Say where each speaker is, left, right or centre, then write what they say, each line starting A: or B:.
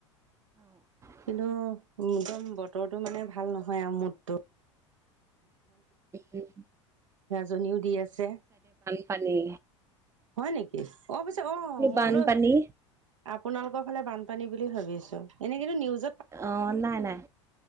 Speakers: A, on the right; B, on the right.
A: <unintelligible>
B: কিন্তু একদম বতৰটো মানে ভাল নহয় আৰু মোতটো
A: <inaudible>
B: জনীও দি আছে।
A: পানী
B: হয় নেকি অ পিছে অ মই
A: বানপানী
B: বোলো আপোনালোকৰ ফালে বানপানী বুলি ভাবিছো এনেকেটো নিউজ
A: অ নাই নাই